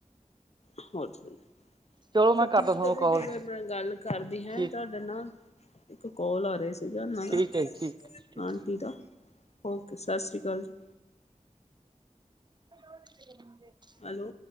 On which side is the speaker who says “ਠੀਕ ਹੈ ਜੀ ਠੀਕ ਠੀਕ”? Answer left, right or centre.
Right